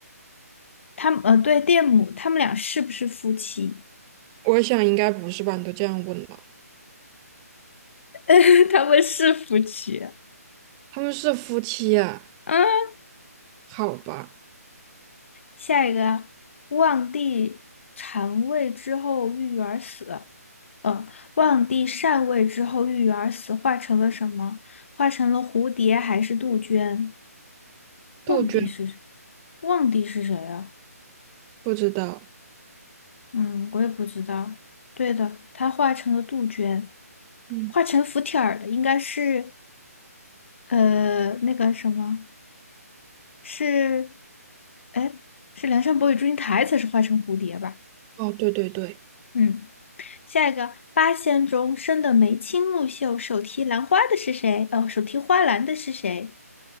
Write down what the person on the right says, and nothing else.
我想应该不是吧？你都这样问了，
他们是夫妻啊？
好吧，
杜鹃
不知道。
嗯，
哦，对对对，